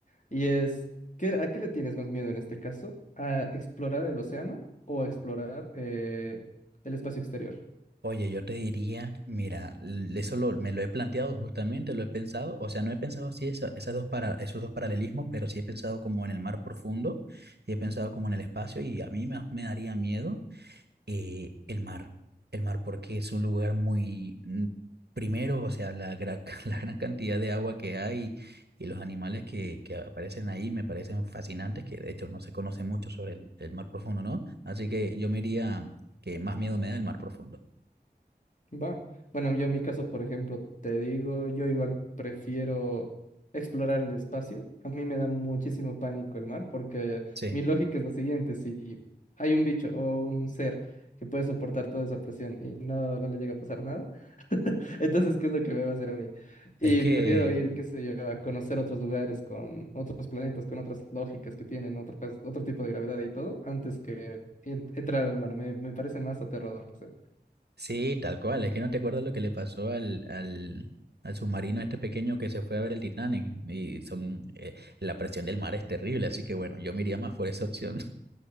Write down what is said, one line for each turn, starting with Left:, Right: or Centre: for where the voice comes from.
Left: Y es, ¿qué, a qué le tienes más miedo en este caso? ¿A explorar el océano o a explorar eh, el espacio exterior?
Right: Oye, yo te diría, mira, l- eso lo- me lo he planteado justamente, lo he pensado, o sea, no he pensado así esa- esas dos para, esos dos paralelismos, pero sí he pensado como en el mar profundo, y he pensado como en el espacio y a mí me, me daría miedo eh, el mar. El mar porque es un lugar muy, mm, primero, o sea, la, gra- <laughs> la gran cantidad de agua que hay y los animales que, que aparecen ahí me parecen fascinantes, que de hecho no se conoce mucho sobre el, el mar profundo, ¿no? Así que yo me iría que más miedo me da el mar profundo.
Left: Va. Bueno, yo en mi caso, por ejemplo, te digo, yo igual prefiero explorar el espacio. A mí me da muchísimo pánico el mar porque
Right: Sí,
Left: mi lógica es la siguiente, si hay un bicho o un ser que puede soportar toda esa presión y no, no le llega a pasar nada, <laughs> entonces, ¿qué es lo que me va a hacer a mí? Y
Right: es que,
Left: prefiero ir, qué sé yo, a conocer otros lugares con otros planetas, con otras lógicas que tienen, otras, otro tipo de gravedad y todo, antes que en- entrar al mar. Me, me parece más aterrador, quizá.
Right: sí, tal cual, es que no te acuerdas lo que le pasó al... al al submarino este pequeño que se fue a ver el Titanic y son eh, la presión del mar es terrible, así que bueno, yo me iría más por esa opción.